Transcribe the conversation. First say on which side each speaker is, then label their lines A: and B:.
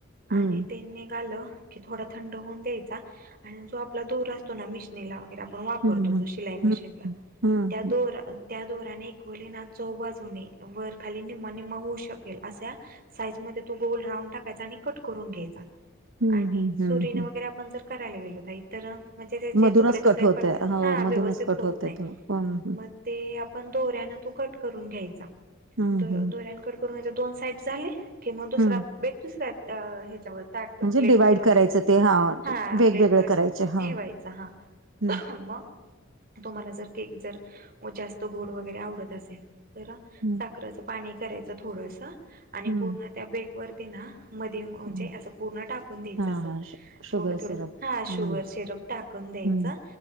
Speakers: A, on the right; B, on the right.
A: आणि
B: हम्म
A: ते निघालं की थोडा थंड होऊन द्यायचा आणि जो आपला दोरा अस तो ना मिशनीला वगैरे आपण वापरतो
B: हम्म
A: जो
B: हम्म
A: शिलाई मशीनला
B: हम्म हम्म
A: त्या
B: हम्म
A: दोर त्या दोराने एक वलेना चौबाजूने वर खाली निमा निमा होऊ शक अशा साईज मध्ये तो गोल राऊंड टाकायचा आणि कट करून घ्यायचा
B: हम्म
A: आणि
B: हम्म
A: सुरीने
B: हम्म
A: वगैरे आपण जर करायला गेलो ताई तर म्हणजे त्याचे
B: मधूनच
A: तुकडे तुकडे
B: कट होतय
A: पडतात
B: हो
A: हा
B: मधूनच
A: व्यवस्थित
B: कट
A: होत
B: होतय
A: नाही
B: तो हम्म हम्म
A: मग ते आपण दोऱ्यानं तू कट करून घ्यायचा
B: हम्म
A: दो
B: हम्म
A: दोऱ्यान कट करून ह्याच्या दोन साईड झाले कि मग दुसरा
B: हम्म
A: बेग दुसऱ्या अं ह्याच्यावर ताट
B: म्हणजे
A: प्लेट
B: डिवाइड
A: वर वगैरे
B: करायचं ते
A: हा
B: वेगवेगळे
A: प्लेट वर
B: करायचे हा
A: ठेवायचा हा
B: हम्म
A: मंग तुम्हाला जर केक जर व जास्त गोड वगैरे आवडत असेल तरा
B: हम्म
A: साखरंच पाणी करायचं थोडंस आणि
B: हम्म
A: पूर्ण त्या बेक वरती ना मधी म्हणजे
B: हम्म
A: असं पूर्ण टाकून द्यायचं
B: हा
A: असल
B: हा शु- शुगर
A: थोडं थोडं
B: सिरप
A: हा शुगर
B: हम्म
A: सिरप टाकून द्यायचं
B: हम्म